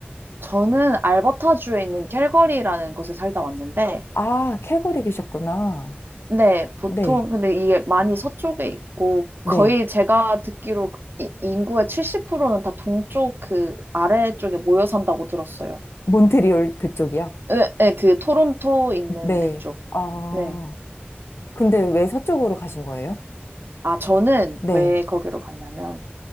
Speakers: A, on the right; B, on the left.
A: 저는 알버타주에 있는 캘거리라는 곳에 살다 왔는데,
B: 아, 캘거리 계셨구나.
A: 네, 보통,
B: 네,
A: 근데 이게 많이 서쪽에 있고,
B: 네.
A: 거의 제가 듣기로 그 이- 인구의 70%는 다 동쪽 그 아래쪽에 모여 산다고 들었어요.
B: 몬트리올 그쪽이요?
A: 네, 네, 그 토론토 있는
B: 네.
A: 그쪽.
B: 아,
A: 네.
B: 근데 왜 서쪽으로 가신 거예요?
A: 아, 저는
B: 네.
A: 왜 거기로 갔냐면,